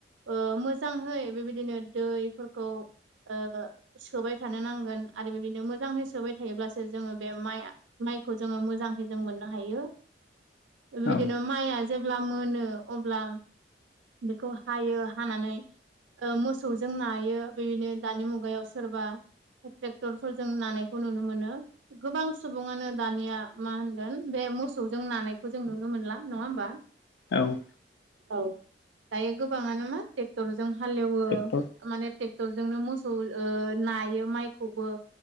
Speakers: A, on the right (about 85°); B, on the left (about 70°).
A: ओ मोजांहै बेबायदिनो दैफोरखौ ओ सोबाय थानो नांगोन। आरो बिबादिनो मोजाङै सोबाय थायोब्लासो जोङो बे माइआ माइखौ जोङो मोजांहै जों मोननो हायो। बेबायदिनो
B: औ
A: माइआ अब्ला मोनो अब्ला बेखौ हायो हानानै ओ मोसौजों नायो बेबादिनो दानि मुगायाव सोरबा ट्रेक्टरफोरजों नानायखौ नुनो मोनो। गोबां सुबुङानो दानिया मा होनगोन बे मोसौजों नानायखौ जों नुनो मोनला। नङा होमबा?
B: औ।
A: औ दायो गोबाङानो मा ट्रेक्टरजों हालेवो
B: ट्रेक्टर
A: माने ट्रेक्टरजोंनो मोसौ ओ नायो माइखौबो।